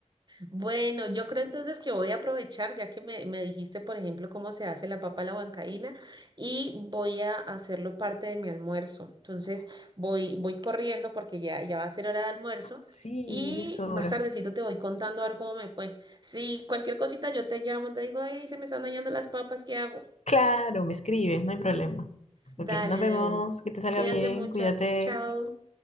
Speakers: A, on the right; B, on the left.
A: Bueno, yo creo entonces que voy a aprovechar, ya que me, me dijiste, por ejemplo, cómo se hace la papa a la huancaína, y voy a hacerlo parte de mi almuerzo. Entonces, voy, voy corriendo porque ya, ya va a ser hora de almuerzo,
B: sí,
A: y
B: ya es hora.
A: más tardecito te voy contando a ver cómo me fue. Si cualquier cosita yo te llamo, te digo, hey, se me están dañando las papas, ¿qué hago?
B: Claro, me escribes, no hay problema.
A: Dale
B: Ok, nos vemos,
A: de una.
B: que te salga
A: Cuídate
B: bien,
A: mucho.
B: cuídate.
A: Chao.